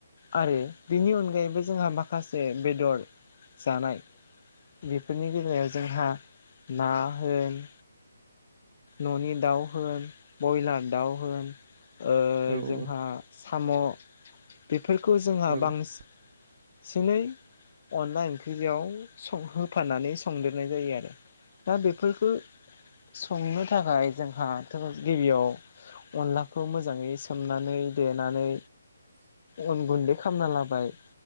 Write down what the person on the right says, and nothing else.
औ
औ औ